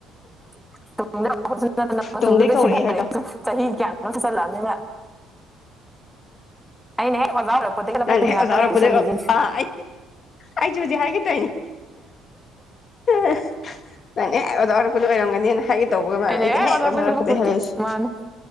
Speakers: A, in the centre; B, on the left.
A: <inaudible>
B: ꯇꯨꯡꯗꯩ ꯀꯧꯔꯛꯑꯦ ꯍꯥꯏꯗꯣ
A: ꯑꯩꯅ ꯍꯦꯛ <inaudible>
B: ꯅꯪꯅ
A: ꯀꯨꯔꯇꯤ
B: ꯍꯦꯛ
A: ꯉꯥꯛꯇꯅꯦ
B: ꯑꯣꯖꯥ ꯑꯣꯏꯔꯛꯄꯗꯩꯩ
A: ꯍꯧꯖꯤꯛ ꯁꯦꯠꯂꯤꯁꯤꯅꯤ
B: ꯑꯥ ꯑꯩꯖꯨ ꯍꯨꯖꯤꯛ ꯍꯥꯏꯒꯦ ꯇꯧꯏꯅꯤ ꯅꯪꯅ ꯍꯦꯛ ꯑꯣꯖꯥ ꯑꯣꯏꯔꯛꯄꯗꯩ ꯑꯣꯏꯔꯝꯒꯅꯤꯅ ꯍꯥꯏꯒꯦ ꯇꯧꯕꯒ ꯃꯥꯅ
A: ꯑꯩꯅ
B: ꯑꯩꯁꯦ
A: ꯍꯦꯛ ꯑꯣꯖꯥ ꯑꯣꯢꯔꯛꯄꯗꯩ
B: ꯑꯣꯏꯔꯛꯄꯗꯩ
A: ꯁꯦꯠꯂꯛꯄ ꯀꯨ꯭ꯔꯇꯤ
B: ꯍꯥꯏꯔꯛꯏꯁꯦ
A: ꯃꯥꯅꯦ